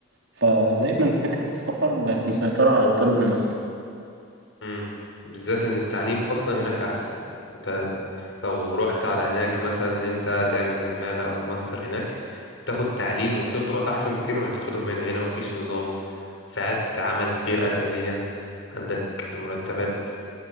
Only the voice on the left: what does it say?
امم بالذات ان التعليم اصلا هناك احسن انت لو رحت على هناك مثلا ان انت تعمل زمالة او ماستر هناك بتاخد تعليم وخبرة احسن بكتير من اللي بتاخدهم هنا هنا مفيش نظام ساعات عمل غير آدمية عندك المرتبات